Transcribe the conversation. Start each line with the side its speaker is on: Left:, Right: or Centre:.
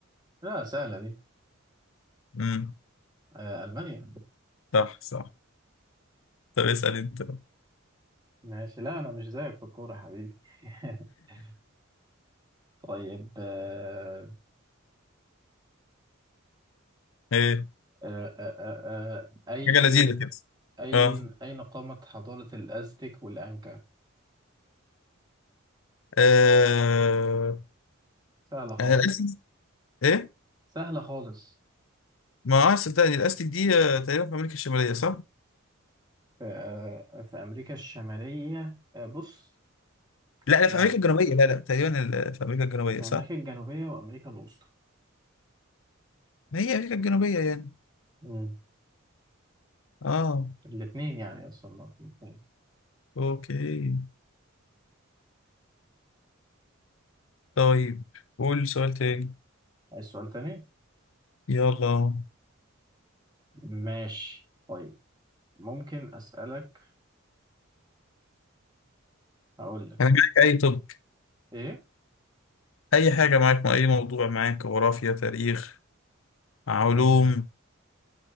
Right: لا سهلة دي
Left: امم
Right: آه ألمانيا
Left: صح صح طب اسأل انت بقى.
Right: ماشي لا انا مش زيك في الكوره يا حبيبي <laughs> طيب آه،
Left: ايه
Right: آه، آه، آه، آه، اي
Left: حاجة لذيذة كده
Right: اين
Left: اه
Right: اين قامت حضاره الازتك والانكا
Left: آه،
Right: سهله خالص
Left: آه، الاستك ايه
Right: سهله خالص
Left: ما اه صدقني الاستك دي آه، تقريبا في امريكا الشمالية صح
Right: في آه، في امريكا الشماليه آه، بص
Left: لا لا
Right: يعني
Left: في امريكا الجنوبية لا لا تقريبا ال- في امريكا الجنوبية
Right: في
Left: صح
Right: امريكا الجنوبيه وامريكا الوسطى
Left: ما هي امريكا الجنوبية يعني
Right: مم.
Left: اه
Right: الاثنين يعني اصلا ما في الاثنين
Left: اوكي طيب قول سؤال تاني
Right: عايز سؤال تاني
Left: يلا
Right: ماشي طيب ممكن اسالك هقول لك
Left: انا معاك اي طب
Right: ايه
Left: اي حاجة معاك اي موضوع معاك جغرافيا تاريخ علوم
Right: آه،